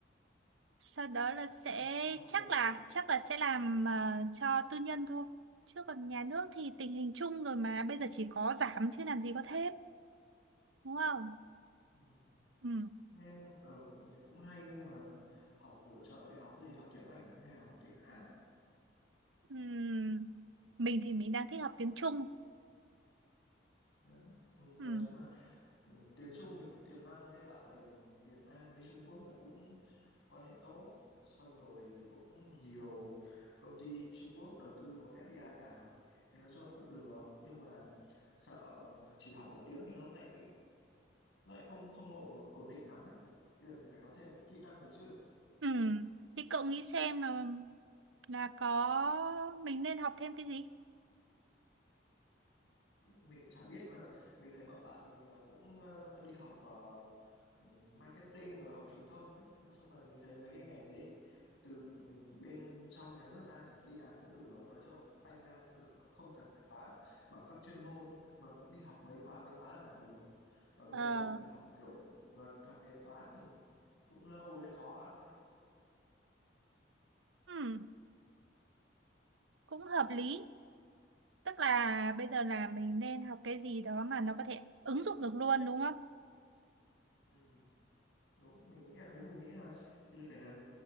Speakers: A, on the right (about 85°); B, on the left (about 90°).
A: sau đó là sẽ
B: ừ, học
A: chắc
B: tiếng
A: là chắc là sẽ làm ờ, cho tư nhân thôi chứ còn nhà nước thì tình hình chung rồi mà bây giờ chỉ có giảm chứ làm gì có thêm đúng không
B: ừ.
A: ừ.
B: Thế nên ở mình thấy cũng hay nhưng mà học bổ trợ thì học gì học tiếng Anh à hay là học tiếng Hàn
A: Ừ. mình thì mình đang thích học tiếng Trung
B: đó. Ừ,
A: ừ.
B: nói chung là ừ, tiếng Trung thì cũng tiềm năng ngay dạo này Việt Nam với Trung Quốc là cũng quan hệ tốt xong rồi cũng nhiều công ty Trung Quốc đầu tư vốn FDI vào thì nói chung là cũng được nhưng mà sợ chỉ học mỗi tiếng thì nó lại nó lại không không ổ- ổn định lắm ấy bây giờ mình phải có thêm một cái kỹ năng gì chứ
A: Ừ. thì cậu nghĩ xem là là có mình nên học thêm cái gì
B: mình cũng chả biết nhưng mà mình thấy bọn bạn mình là cũng ờ, đi học ờ, ừ, marketing rồi học truyền thông ấy nói chung là mình thấy mấy cái ngành đấy thì từ ừ, bên trong nhà nước ra thì đi làm cũng được nói chung là cũng tay ngang cũng được nó cũng không cần phải quá bằng cấp chuyên môn mà cũng đi học mấy khóa mấy khóa là làm được và bây
A: ờ
B: giờ ví dụ mình học kiểu luật học kế toán thì cũng lâu đấy khó ăn đấy
A: ừ. cũng hợp lý Tức là bây giờ là mình nên học cái gì đó mà nó có thể ứng dụng được luôn đúng không?
B: ừ, đúng mình nghĩ là thế mình nghĩ là bây giờ phải làm